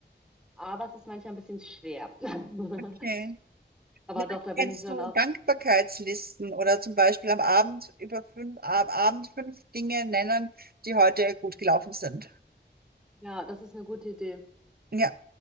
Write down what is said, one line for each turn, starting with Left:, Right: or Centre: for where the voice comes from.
Centre: Aber es ist manchmal ein bisschen schwer. <laughs>
Right: Okay.
Centre: Aber
Right: Na,
Centre: doch, da bin
Right: Kennst
Centre: ich schon
Right: du
Centre: auch.
Right: Dankbarkeitslisten oder zum Beispiel am Abend über fünf, ab Abend fünf Dinge nennen, die heute gut gelaufen sind?
Centre: Ja, das ist eine gute Idee.
Right: Ja,